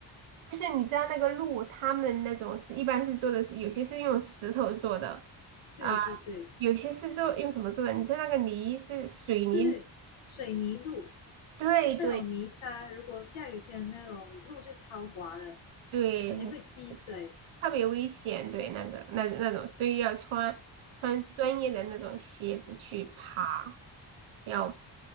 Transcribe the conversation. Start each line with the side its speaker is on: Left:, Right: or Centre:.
Right: 就是你知道那个路，他们那种是一般是做的是，有些是用石头做的，
Left: 对对对
Right: 啊，有些是做用什么做的？你知道那个泥是水泥，
Left: 就是水泥路，
Right: 对对
Left: 那种泥沙，如果下雨天那种路就超滑的，
Right: 对，
Left: 而且会积水。
Right: 特别危险，对那个那那种，所以要穿穿专业的那种鞋子去爬，要